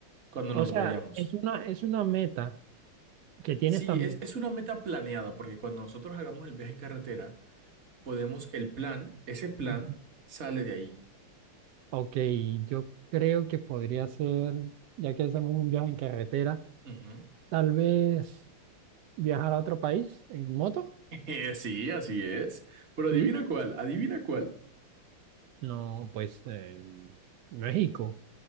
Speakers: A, on the right; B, on the right.
A: cuando
B: O
A: nos
B: sea,
A: vayamos.
B: es una, es una meta que tienes
A: Sí,
B: también.
A: es, es una meta planeada, porque cuando nosotros hagamos el viaje en carretera, podemos, el plan, ese plan
B: Ujú.
A: sale de ahí.
B: Ok, yo creo que podría ser, ya que hacemos un viaje en carretera,
A: Ujú.
B: tal vez viajar a otro país en moto,
A: <laughs> Sí, así es. Pero adivina
B: ¿sí?
A: cuál, adivina cuál.
B: No, pues eh, México,